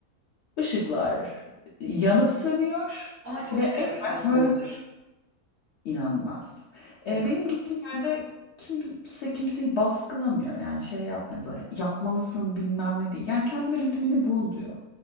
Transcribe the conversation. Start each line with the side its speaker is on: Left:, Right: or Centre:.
Left: Işıklar yanıp sönüyor
Right: Ama çok
Left: ve
Right: ter
Left: eğer
Right: atıyorsunuzdur.
Left: böyle inanılmaz. Ee,
Right: Evet.
Left: benim gittiğim yerde kimse kimseyi baskılamıyor. Yani şey yapmıyor böyle yapmalısın bilmem ne değil. Yani kendi ritmini bul diyor.